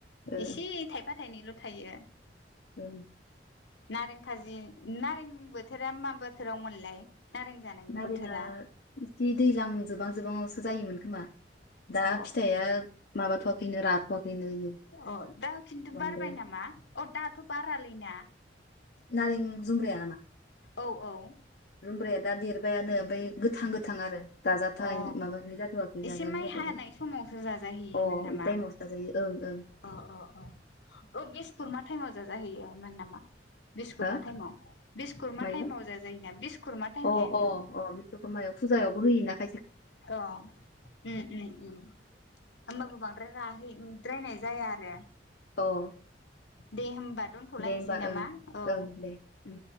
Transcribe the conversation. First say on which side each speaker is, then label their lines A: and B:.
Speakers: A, on the left; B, on the left.
A: ओ
B: एसे थायफा थाइनैल थायो।
A: औ।
B: नारें खाजि नारें बोथोरा मा बोथोराव मोनलाय? नारें जानायनि
A: ओरैनो
B: बोथोरा
A: जि दैज्लां जोबां जोबांङावसो जायोमोन खोमा। दा
B: अ
A: फिथाइया माबाथवाखैनो राथवाखैनो।
B: अ दा खिन्थु
A: बांद्राय
B: बारबाय नामा अ दाथ बारालैना।
A: नारें जुमब्राया नामा?
B: औ औ।
A: जुमब्राया दा देरबायानो ओमफ्राय गोथां गोथां आरो। दा जाजाथवा
B: अ
A: माबानाय जाथवाखै
B: एसे
A: जाजानाय
B: माइ
A: जाथवाखै
B: हानाय समावसो जाजाहैयोमोन
A: अ
B: नामा
A: इ टाइमावसो जाजायो ओं।
B: अ अ अ औ बिसकरमा टाइमाव जाजाहैयोन मोन नामा! बिस्कुरमा
A: हो
B: टाइमाव बिस्कुरमा
A: मायो
B: टाइमाव जाजायोना बिस्कुरमा टाइम
A: अ
B: थायो।
A: अ अ बिस्वकर्मायाव फुजायावबो होयो ना।
B: अ उम उम उम होमबाबो बांद्राय राहै द्रायनाय जाया आरो।
A: अ
B: दे होमबा दोनथलायसै
A: दे होमबा
B: नामा
A: ओं
B: औ।
A: ओं दे उम